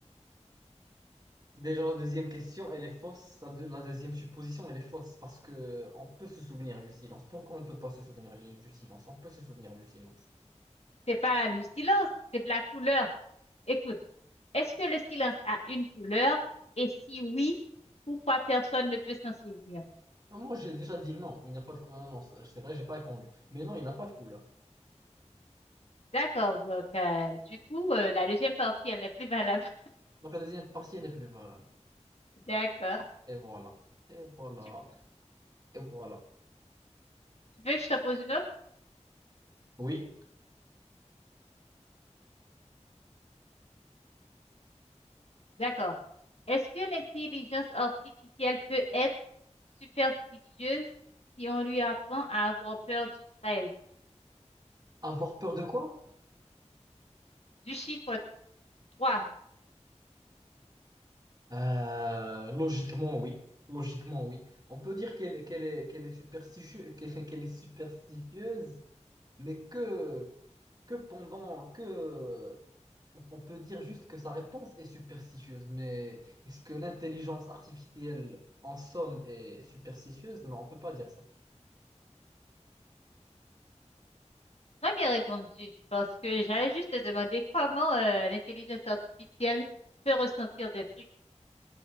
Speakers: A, on the right; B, on the left.
A: Déjà, la deuxième question, elle est fausse. La, deux- la deuxième supposition, elle est fausse parce que on peut se souvenir du silence. Pourquoi on ne peut pas se souvenir du, du silence? On peut se souvenir du silence.
B: C'est pas du silence, c'est de la couleur. Écoute, est-ce que le silence a une couleur? Et si oui, pourquoi personne ne peut s'en souvenir?
A: Non, Moi, j'ai déjà dit non, il n'y a pas de couleur. Non, c'est c'est vrai, j'ai pas répondu. Mais non, il n'y a pas de couleur.
B: D'accord, donc euh, du coup, euh, la deuxième partie, elle n'est plus valable.
A: Donc, la deuxième partie, elle est plus valable.
B: <laughs> D'accord.
A: Et voilà. Et voilà.
B: Tu,
A: Et voilà.
B: tu veux que je te pose une autre?
A: Oui.
B: D'accord. Est-ce que l'intelligence artificielle peut être superstitieuse si on lui apprend à avoir peur du 13?
A: Avoir peur de quoi?
B: Du chiffre trois,
A: Euh, logiquement, oui. Logiquement, oui. On peut dire qu'elle est, qu'elle est, qu'elle est superstitieuse, qu'elle qu'elle est superstitieuse. mais que, que pendant que on on peut dire juste que sa réponse est superstitieuse, mais est-ce que l'intelligence artificielle en somme est superstitieuse? Non, on peut pas dire ça.
B: Très bien répondu, parce que j'allais juste te demander comment euh, l'intelligence artificielle peut ressentir des trucs.